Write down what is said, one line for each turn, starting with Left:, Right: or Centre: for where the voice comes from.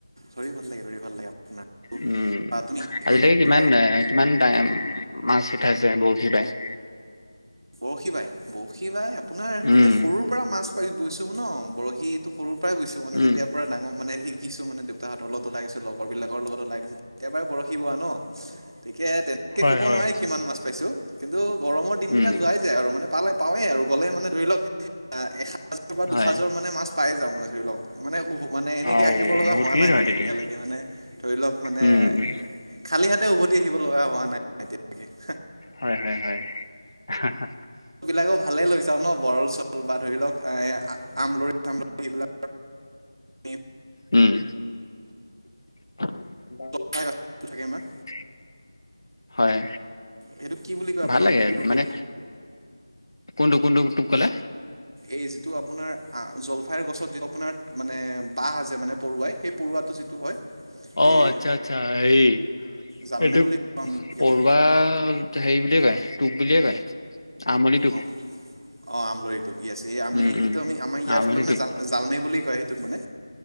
Right: ধৰি ভাল লাগে ধৰি ভাল লাগে আপোনাৰতো
Left: উম,
Right: তুমি কি
Left: আজিলৈকে
Right: কৰিব লাগে
Left: কিমান
Right: আৰু
Left: এ ডা কিমান মাছ উঠাইছে বৰশী বাই?
Right: বৰশী বাই বৰশী বাই আপোনাৰ
Left: উম,
Right: এই সৰুৰ পৰা মাছ পাই গৈছো ন বৰশীটো সৰু পৰাই গৈছো মানে
Left: উম।
Right: যেতিয়া পুৰা ডাঙৰ মানে শিকিছো মানে দেউতাহঁতৰ লগত ওলাই গৈছো লগৰবিলাকৰ লগত ওলাই গৈছো তেতিয়াৰ পৰাই বৰশী বোৱা ন ঠিকে তেনেকে
Left: হয়,
Right: কব
Left: হয়।
Right: নোৱাৰি কিমান মাছ পাইছো কিন্তু গৰমত
Left: উম,
Right: যোৱাই যাই আৰু মানে পালে পাওৱে আৰু গ'লে মানে ধৰি লওক আহ এসাজাৰ বা
Left: হয়।
Right: দুসাজৰ মানে মাছ পাই যাও মানে ধৰি লওক। মানে উ মানে এনেকে
Left: আৰু
Right: আহিব লগা
Left: বহুতখিনি
Right: হোৱা নাই
Left: ধৰে
Right: মানে
Left: তেতিয়া।
Right: এতিয়ালৈকে মানে ধৰি লওক মানে
Left: উম,
Right: এ
Left: উম,
Right: খালি হাতে উভতি আহিব লগা হোৱা নাই তাকে তাকে হা
Left: হয় হয় হয় হে হে
Right: বিলাকো ভালে লৈ যাও ন বৰল চল বা ধৰি লওক এ আমলৰি চামলৰি এইবিলাক আমি
Left: উম <unintelligible>
Right: জলফাই গছটো থাকে ইমান
Left: হয়
Right: সেইটো কি বুলি কয়
Left: ভাল
Right: আপোনালোকে
Left: লাগে
Right: সেইটো
Left: মানে
Right: দপ
Left: কোনটো কোনটো পিছত কলে
Right: এই যিটো আপোনাৰ আ জলফাইৰ গছত যিটো আপোনাৰ মানে বাঁহ আছে মানে পৰুৱাই সেই পৰুৱাটো যি টো হয়
Left: অ
Right: এই
Left: আচ্ছা আচ্ছা এই
Right: জালনে
Left: এইটো
Right: বুলি কওঁ আমি ইয়াতে
Left: পৰুৱা সেই বুলি কয় টোপ বুলিয়ে কয়। আমলি টোপ।
Right: অ অ আমলই টোপ। ই আছে এই আমি
Left: উম, উম।
Right: সেইটো আমি আমাৰ ইয়াৰ
Left: আমনি
Right: ফালে মানে
Left: টোপ
Right: জাল জালমে বুলি কয় সেইটোক মানে।